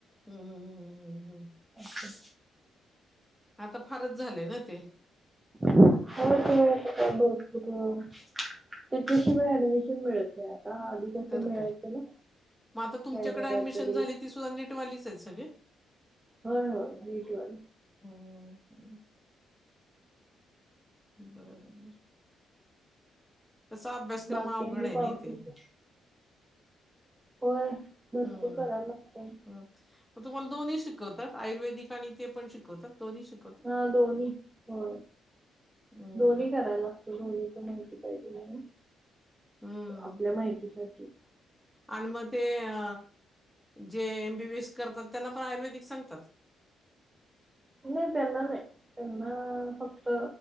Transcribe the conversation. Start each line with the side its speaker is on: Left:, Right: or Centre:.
Centre: हं, हं, हं, हं.
Right: अच्छा
Centre: आता फारच झालंय, ना ते
Right: हो त गरपू <unintelligible> त्याच्याशिवाय ऍडमिशन मिळत, नाही आता आधी कसं
Centre: तर
Right: मिळायचं,
Centre: काय
Right: ना
Centre: मग आता तुमच्याकडे
Right: काही ना काहीतरी
Centre: ऍडमिशन झाली ती सुद्धा नेटवालीच आहे सगळे
Right: होय. हो हेटवा
Centre: हम्म हम् <unintelligible> बरोबर तसा अभ्यासक्रम
Right: बाकी
Centre: अवघड
Right: आणि
Centre: आहे.
Right: पाऊस
Centre: ना तेे
Right: होते. होय भरपूर
Centre: हम्म
Right: करायला लागतंय
Centre: हम. तुम्हाला दोन्ही शिकवतात. आयुर्वेदिक आणि ते पण शिकवतात. दोन्ही शिकात
Right: हा दोन्ही होय
Centre: हं.
Right: दोन्ही करायला, दोन्हीच माहिती पाहिजे. नाही
Centre: हं.
Right: आपल्या माहिती साठी
Centre: आणि मग ते अ जे एमबीबीएस करतात. त्यांना पण आयुर्वेदिक सांगतात.
Right: नाही त्यांना नाही त्यांना फक्त